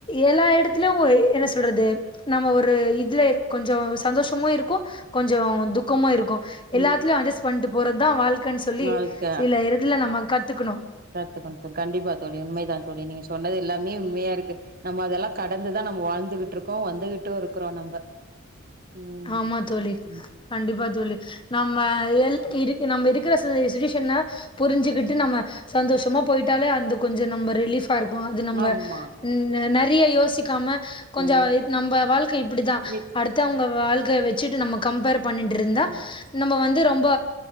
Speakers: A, on the left; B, on the right.
A: எல்லா எடுத் இதுல ஒரு என்ன சொல்றது நம்ம ஒரு இதுல கொஞ்சோ சந்தோஷமு இருக்கு கொஞ்சோ துக்கமு இருக்கு எல்லாத்துலயு
B: ம்
A: அட்ஜஸ்ட் பண்ணிட்டு போறதுதா வாழ்க்கைன்னு சொல்லி
B: வாழ்க்க
A: சில இதுல நம்ம கத்துக்கணு
B: கத்துக்கனு தோழி கண்டிப்பா தோழி உண்மை தான் தோழி நீங்க சொன்னது எல்லாமே உண்மையாருக்கு நம்ம அதெல்லா கடந்துதா நம்ம வாழ்ந்துகிட்ருக்கோ வந்துகிட்டுருக்கிறோ நம்ப ம்
A: ஆமா தோழி
B: ம்
A: கண்டிப்பா தோழி நம்ம எல் இரு நம்ம இருக்கிற சுச்சுவேஷனு புரிஞ்சுக்குட்டு நம்ம சந்தோஷமா போய்ட்டாலே அந்த கொஞ்சோ நம்ம ரிலீஃப் பா இருக்கு அது நம்ம
B: ஆமா
A: நெறைய யோசிக்காம கொஞ்சோ
B: ம்
A: இ நம்ப வாழ்க்கை இப்டிதா
B: வித்
A: அடுத்தவங்க வாழ்க்க வச்சுட்டு நம்ம கம்பேர் பண்ணிட்ருந்தா
B: ம்
A: நம்ம வந்து ரொம்ப